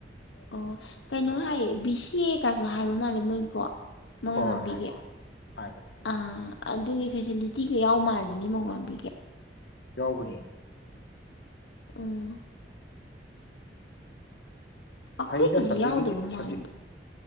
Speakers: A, on the left; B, on the left.
A: ꯑꯣ ꯀꯩꯅꯣ ꯍꯥꯏꯌꯦ ꯕꯤ ꯁꯤ ꯑꯦꯒꯁꯨ ꯍꯥꯏꯕ ꯃꯥꯜꯂꯦ ꯃꯣꯏꯀꯣ ꯃꯃꯣꯟ
B: ꯍꯣꯏ ꯍꯣꯏ
A: ꯉꯝꯕꯤꯒꯦ
B: ꯍꯥꯏꯕꯅꯦ ꯍꯥꯏꯕꯅꯦ ꯍꯥꯏꯕꯅꯦ
A: ꯑꯥ ꯑꯗꯨꯒꯤ ꯐꯦꯁꯤꯂꯤꯇꯤꯒ ꯌꯥꯎ ꯃꯥꯜꯂꯤꯅꯦ ꯃꯃꯣꯟ ꯉꯝꯕꯤꯒꯦ
B: ꯌꯥꯎꯕꯅꯤ
A: ꯑꯣ ꯑꯩꯈꯣꯏꯒꯤꯗꯤ
B: ꯐꯩꯗ ꯁꯕꯖꯦꯛꯀꯤꯗꯤ
A: ꯌꯥꯎꯗꯕ ꯃꯥꯟꯕ
B: ꯁꯕꯖꯦꯛ